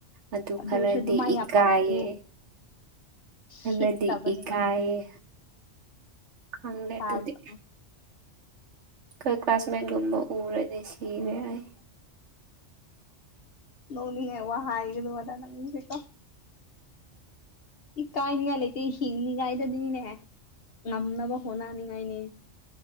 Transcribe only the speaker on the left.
ꯑꯗꯨꯁꯨ
ꯑꯗꯨꯃꯥꯏꯅ
ꯌꯥꯝ ꯇꯧꯕꯅꯦ
ꯁꯤꯠꯇꯕꯅꯦꯕ
ꯇꯥꯕꯗꯣ
ꯅꯣꯡꯅꯤꯡꯉꯥꯏ ꯋꯥ ꯍꯥꯏꯒꯗ ꯑꯗꯥ ꯅꯪꯁꯤꯀꯣ ꯏ ꯀꯥꯏꯅꯤꯉꯥꯏ ꯂꯩꯇꯦ ꯍꯤꯡꯅꯤꯉꯥꯏꯗꯗꯤꯅꯤꯅꯦ ꯉꯝꯅꯕ ꯍꯣꯠꯅꯅꯤꯉꯥꯏꯅꯦ